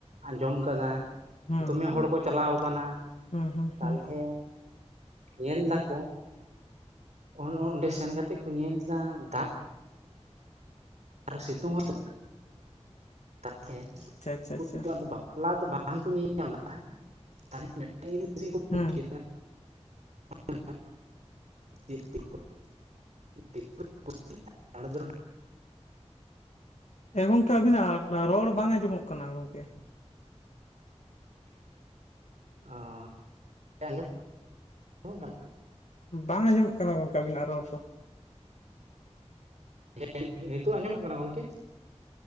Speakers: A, on the right; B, on the left.
A: ᱟᱸᱡᱚᱢ ᱠᱟᱫᱟ᱾
B: ᱦᱩᱸ
A: ᱫᱚᱢᱮ
B: ᱦᱩᱸ ᱦᱩᱸ
A: ᱦᱚᱲ ᱠᱚ ᱪᱟᱞᱟᱣ ᱟᱠᱟᱱᱟ
B: ᱦᱩᱸ ᱦᱩᱸ
A: ᱛᱟᱦᱞᱮ
B: ᱦᱩᱸ
A: ᱧᱮᱞ ᱫᱟᱠᱚ ᱚᱱ-ᱚᱸᱰᱮ ᱥᱮᱱ ᱠᱟᱛᱮᱫ ᱠᱚ ᱧᱮᱞᱫᱟ ᱫᱟᱜ ᱟᱨ ᱥᱤᱛᱩᱝ ᱦᱚᱸ ᱛᱚ ᱛᱟᱦᱞᱮ
B: ᱟᱪᱪᱷᱟ ᱟᱪᱪᱷᱟ
A: <unintelligible>
B: ᱟᱪᱪᱷᱟ
A: ᱟᱫᱚ ᱵᱟᱯᱞᱟ ᱫᱚ ᱵᱟᱝ ᱵᱟᱝ ᱠᱚ ᱧᱮᱞ ᱧᱟᱢ ᱞᱟᱜᱼᱟ᱾ᱛᱟᱞᱦᱮ ᱢᱮᱫᱴᱟᱝ ᱡᱤᱱᱤᱥ ᱜᱮᱠᱚ ᱵᱩᱡᱽ
B: ᱦᱩᱸ
A: ᱠᱮᱫᱟ ᱦᱮᱸᱜ ᱮ ᱫᱤᱠᱩ-ᱯᱩᱥᱤ ᱦᱟᱲᱡᱷᱟᱲ ᱯᱩᱥᱴᱟᱹᱣ ᱵᱟᱝ ᱟᱸᱡᱚᱢᱚᱜ ᱠᱟᱱᱟ
B: ᱮ ᱜᱚᱝᱠᱮ ᱟᱵᱤᱱᱟᱜ ᱨᱚᱲ ᱵᱟᱝ ᱟᱸᱡᱚᱢᱚᱜ ᱠᱟᱱᱟ ᱜᱚᱝᱠᱮ
A: ᱚᱸ ᱟᱸᱡᱚᱢᱚᱜ ᱠᱟᱱᱟ᱾
B: ᱵᱟᱝ ᱟᱸᱡᱚᱢᱚᱜ ᱠᱟᱱᱟ ᱜᱚᱝᱠᱮ ᱟᱵᱤᱱᱟᱜ ᱨᱚᱲ ᱠᱚ
A: ᱦᱮᱸ ᱱᱤᱛᱚᱜ ᱟᱸᱡᱚᱢᱚᱜ ᱠᱟᱱᱟ ᱜᱚᱝᱠᱮ᱾